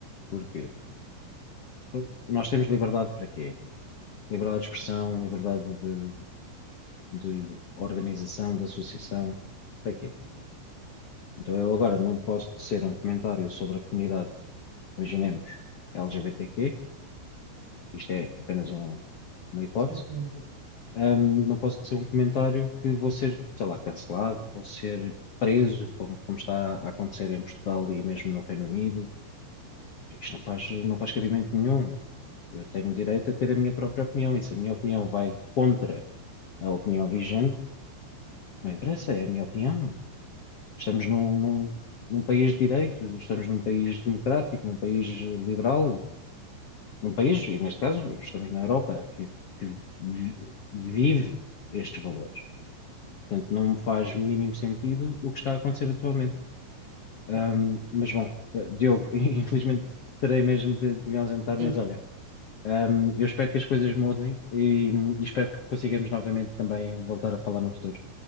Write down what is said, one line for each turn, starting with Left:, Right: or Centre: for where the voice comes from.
Left: Porquê? Então, nós temos liberdade para quê? Liberdade de expressão, liberdade de, de organização, de associação, para quê? Então eu agora não posso tecer um comentário sobre a comunidade, imaginemos, LGBTQ, isto é apenas um- uma hipótese,
Right: Sim, sim, muito.
Left: Ahm, não posso ser um comentário que vou ser, sei lá, cancelado, vou ser preso, como, como está a acontecer em Portugal e mesmo no Reino Unido. Isto não faz, não faz cabimento nenhum. Eu tenho direito a ter a minha própria opinião e se a minha opinião vai contra a opinião vigente, não interessa, é a minha opinião. Estamos num, num, num país de direito, estamos num país democrático, num país liberal, num país, e neste caso estamos na Europa, que, que vi- vive estes valores. Portanto, não me faz mínimo sentido o que está a acontecer atualmente. Ahm,
Right: bem.
Left: mas bom, eh, Diogo, <laughs> infelizmente terei mesmo de, de me ausentar,
Right: Sim,
Left: mas olha, ahm, eu espero que as coisas mudem e, e espero que consigamos novamente também voltar a falar no futuro.